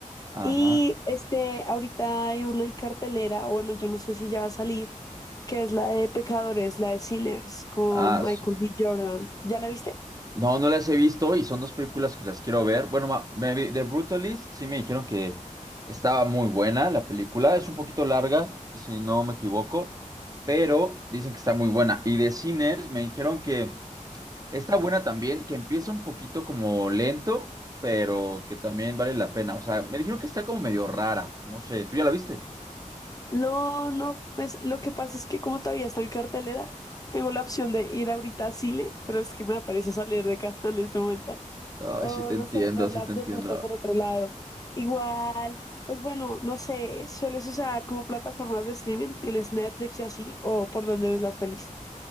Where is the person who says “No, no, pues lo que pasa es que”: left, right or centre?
Left